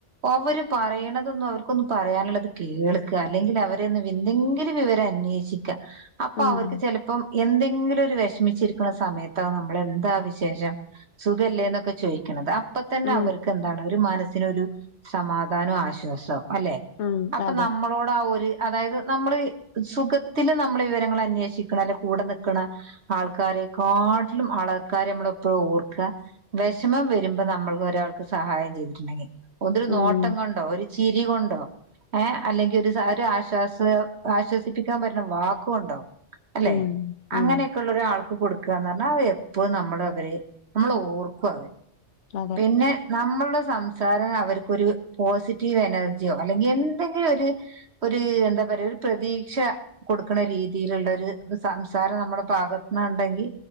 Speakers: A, on the right; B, on the left.
A: ഒവര് പറയ്ണതൊന്നും അവർക്കൊന്നും പറയാന്ള്ളെത് കേൾക്ക അല്ലെങ്കിലവരെയൊന്ന് വെന്തെങ്കിലും വിവെരം അന്നേ ശിക്കാ അപ്പ
B: ഉം
A: അവർക്ക് ചെലപ്പം എന്തെങ്കിലൊര് വെഷ്മിച്ചിരിക്ക്ണ സമയത്താണ് മ്മെളെന്താ വിശേഷം സുഖല്ലേന്നൊക്കെ ചോയ്ക്ക്ണെത് അപ്പ തന്നെ
B: ഉം
A: അവര്ക് ക്കെന്താണ് ഒര് മനസ്സിനൊരു സമാധാനു ആശ്വാസം അല്ലെ
B: ഉം
A: അപ്പം
B: അതെ
A: നമ്മളോടാ ഒര് അതായത് നമ്മ്ള് സുഖത്തില് നമ്മ്ള് വിവെരങ്ങളന്നേഷിക്ക്ണെ അല്ലെ കൂടെ നിക്ക്ണെ ആൾക്കാരെക്കാട്ട്ലും ആളക്കാരെമ്മെളെപ്പെഴു ഓർക്കാ വെഷെമം വെരുമ്പം നമ്മൾക്ക് ഒരാൾക്ക് സഹായം ചെയ്ത്ട്ട്ണ്ടെങ്കി ഒന്നൊരു
B: ഉം
A: നോട്ടം കൊണ്ടോ ഒര് ചിരി കൊണ്ടോ ഏഹ് അല്ലെങ്കി ഒര് സ ഒര് ആശ്വാസ ആശ്വസിപ്പിക്കാം പറ്റ്ണ വാക്ക് കൊണ്ടോ അല്ലേ
B: ഉം
A: അങ്ങെനെക്കെള്ളൊരാൾക്ക്
B: ഉം
A: കൊട്ക്കാർഞ്ഞാൽ അവെ എപ്പഴും നമ്മെളെ അവെര് നമ്മെളെ ഓർക്കു അവെ
B: അതെ
A: പിന്നെ നമ്മൾടെ സംസാര അവര്ക്കൊര് പോസിറ്റീവ് എനെർജ്യോ അല്ലെങ്കി എന്തെങ്കിലൊര് ഒര് എന്താ പറയാ ഒര് പ്രതീക്ഷാ കൊട്ക്ക്ണ രീതില്ള്ളാെര് സംസാരം നമ്മടെ ഭാഗത്ത്ന്ന്ണ്ടെങ്കി